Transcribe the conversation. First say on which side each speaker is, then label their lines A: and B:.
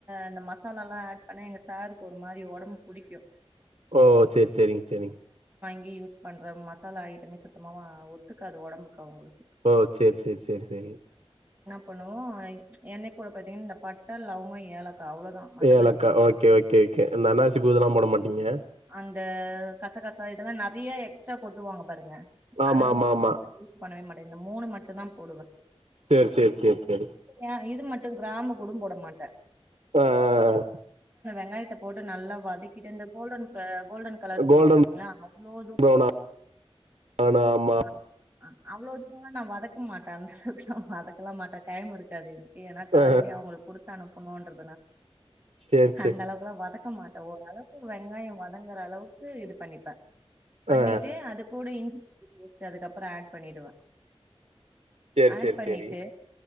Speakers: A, on the right; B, on the right.
A: இந்த மசாலாலா ஆட் பண்ணா எங்க சாருக்கு ஒரு மாறி ஒடம்பு புடிக்கு
B: ஓ சேரி சேரிங்க சேரிங்க
A: கி யூஸ் பண்ற மசாலா ஐட்டமே சுத்தமாவா ஒத்துக்காது ஒடம்புக்கு அவுங்களுக்கு
B: ஓ சேரி சேரி சேரி சேரி
A: பண்ணுவோ என்னை கூட பாத்தீங் இந்த பட்ட லவங்கோ ஏலக்கா அவ்ளோதான் மத்தபடி
B: ஏலக்கா ஓகே ஓகே ஓகே இந்த அன்னாசி பூ இதெல்லா போட மாட்டீங்க
A: அந்த கசகசா இதெல்லா நா நறைய எக்ஸ்ட்ரா கோட்டுவாங்க பாருங்க
B: ஆமா
A: அதெல்லா
B: ஆமா ஆமா
A: யூஸ் பண்ணவே மாட்டே இந்த மூணு மட்டுதா போடுவே
B: சேரி சேரி சேரி சேரி
A: ஏ இது மட்டு கிராம கூடு போட மாடடே
B: ப்ப அ
A: வெங்காயத்த போட்டு நல்லா வதக்கிட்டு இந்த கோல்டன் ப்ப கோல்டன் கலர் சொல்லுவாங்க
B: கோல்டன்
A: இல்லைங்களா அவ்ளோ இது
B: ப்ரௌன் ஆனா ஆமா
A: ஆ ஆ அவ்ளோ தூரலா நா வதக்க மாட்டே அந்த அளவுக்குலா வதக்கலா மாட்டே டைம் இருக்காது என ஏன்னா காலேலே
B: ஆ
A: அவுங்களுக்கு குடுத்து அனுப்பனுன்றதுனா
B: சேரி சேரி
A: அந்த அளவுக்குலா வதக்க மாட்டோ ஓரளவுக்கு வெங்காயம் வதங்குற அளவுக்கு இது பண்ணிப்பே பண்ணிட்டு
B: ஆ
A: அது கூட இஞ்சிபூண்டு பேஸ்ட் அதுக்கப்ரோ ஆட் பண்ணிடுவே
B: சேரி
A: ஆட்
B: சேரி
A: பண்ணிட்டு
B: சேரி